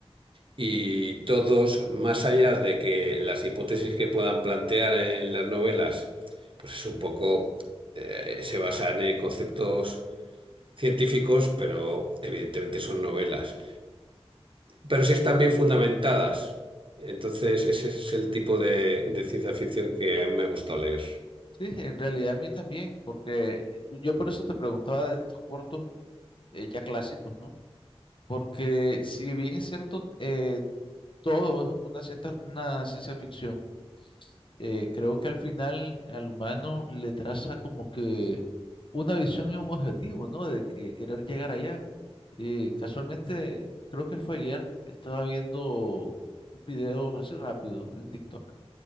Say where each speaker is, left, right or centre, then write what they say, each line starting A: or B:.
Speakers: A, on the right (about 55°); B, on the left (about 50°).
A: Y todos, más allá de que las hipótesis que puedan plantear en las novelas, pues es un poco, eh, se basan en conceptos científicos, pero evidentemente son novelas. Pero sí están bien fundamentadas. Entonces, ese es el tipo de, de ciencia ficción que a mí me gusta leer.
B: Sí, en realidad a mí también, porque yo por eso te preguntaba de estos cortos eh, ya clásicos, ¿no? Porque si bien es cierto, eh, todo una cierta, una ciencia ficción. Eh, creo que al final al humano le traza como que una visión y un objetivo, ¿no? De que querer llegar allá. Eh, casualmente, creo que fue ayer, estaba viendo un video así rápido en TikTok